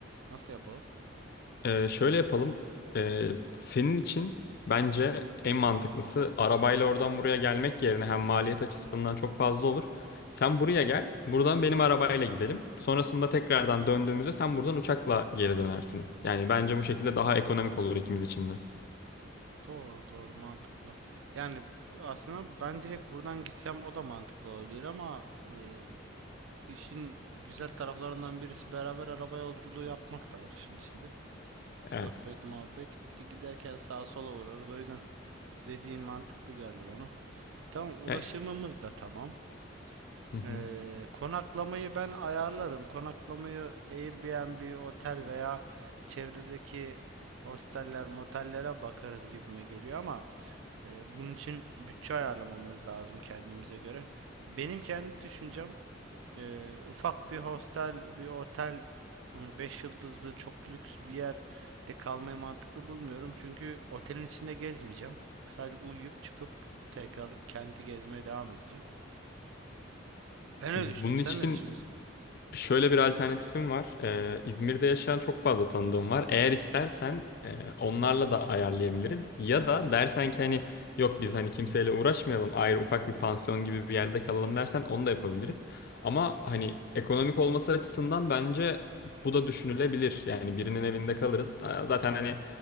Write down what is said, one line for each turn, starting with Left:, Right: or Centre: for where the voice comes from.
Right: Nasıl yapalım?
Left: Ee, şöyle yapalım. Ee, senin için bence en mantıklısı arabayla oradan buraya gelmek yerine hem maliyet açısından çok fazla olur. Sen buraya gel, buradan benim arabayla gidelim. Sonrasında tekrardan döndüğümüzde sen buradan uçakla geri dönersin. Yani bence bu şekilde daha ekonomik olur ikimiz için de.
Right: Doğru doğru mantıklı. Yani aslında ben direkt buradan gitsem o da mantıklı olabilir ama e, işin güzel taraflarından birisi beraber araba yolculuğu yapmak da var işin içinde. Sohbet,
Left: Evet.
Right: muhabbet. Bir de giderken sağa sola uğrarız. O yüzden dediğin mantıklı geldi bana. Tamam ulaşımımız
Left: Yani-
Right: da tamam.
Left: Hı hı.
Right: E, konaklamayı ben ayarlarım. Konaklamayı Airbnb, otel veya çevredeki hosteller, motellere bakarız gibime geliyor ama Ee, bunun için bütçe ayarlamamız lazım kendimize göre. Benim kendi düşüncem e, ufak bir hostel, bir otel, hani 5 yıldızlı çok lüks bir yerde kalmayı mantıklı bulmuyorum. Çünkü otelin içinde gezmeyeceğim. Sadece uyuyup çıkıp tekrar kenti gezmeye devam edeceğim. Ben öyle
Left: Bunun
Right: düşünüyorum. Sen
Left: için
Right: ne düşünüyorsun?
Left: Şöyle bir alternatifim var. Ee, İzmir'de yaşayan çok fazla tanıdığım var. Eğer istersen e, onlarla da ayarlayabiliriz. Ya da dersen ki hani yok biz hani kimseyle uğraşmayalım. Ayrı ufak bir pansiyon gibi bir yerde kalalım dersen onu da yapabiliriz. Ama hani ekonomik olması açısından bence bu da düşünülebilir. Yani birinin evinde kalırız. Aa, Zaten hani